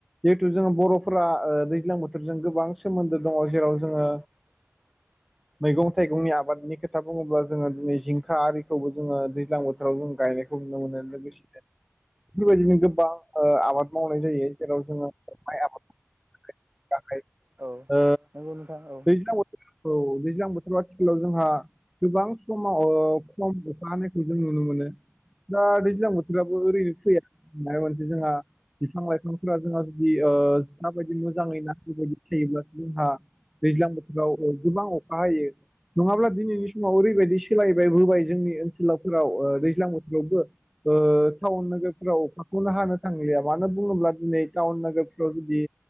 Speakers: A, in the centre; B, on the right.
A: जिहेथु जोङो बर'फोरा ओ दैज्लां बोथोरजों गोबां सोमोन्दो दङ' जेराव जोङो
B: <unintelligible>
A: मैगं थाइगंनि आबादनि खोथा बुङोब्ला जोङो दिनै जिंखा आरिखौबो जोङो दैज्लां बोथोराव जों गायनायखौ नुनो मोनो लोगोसे बेफोरबायदिनो गोबां ओ आबाद मावनाय जायो। जेराव जोङो माइ आबाद <unintelligible> ओ
B: औ नंगौ नोंथां औ
A: दैज्लां बोथोर औ दैज्लां बोथोराव आथिखालाव जोंहा। गोबां समाव खम अखा हानायखौ जों नुनो मोनो। दा दैज्लां बोथोराबो ओरैनो फैया माबा मोनसे जोंहा बिफां-लाइफां जोंहा जुदि ओ माबायदि मोजाङै नांगौबादि थायोब्ला जोंहा दैज्लां बोथोराव गोबां अखा हायो। नङाब्ला दिनैनि समाव ओरैबायदि सोलायबाय बोबाय जोंनि ओनसोलावफोराव दैज्लां बोथोरावबो ओ टाउन नोगोरफोराव अखाखौनो हानो थांलिया मानो बुङोब्ला दिनै टाउन नोगोरफ्राव जुदि